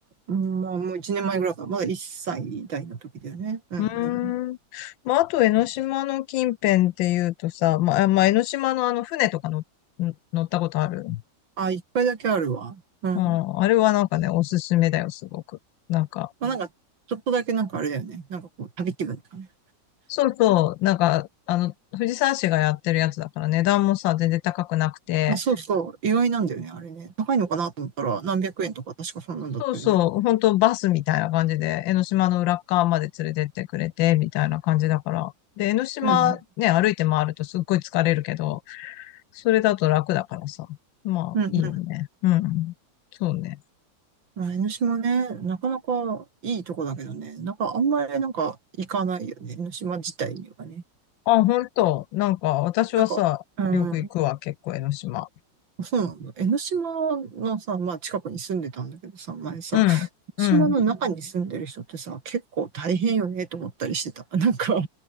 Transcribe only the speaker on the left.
うーん。
まあ、あと、江ノ島の近辺っていうとさ、まあ、まあ、江ノ島のあの、船とかのん乗ったことある
うん。あれはなんかね、おすすめだよ、すごく。なんか、
そうそう、なんか、あの、藤沢市がやってるやつだから値段もさ、全然高くなくて、
そうそう、本当バスみたいな感じで、江ノ島の裏っ側まで連れてってくれて、みたいな感じだから。で、江ノ島ね、
歩いて回るとすっごい疲れるけど、それだと楽だからさ。まあ、
いいよね。
うん。そうね。
あ、本当なんか、私はさ、
よく行くわ、結構江ノ島。
うん。
うん。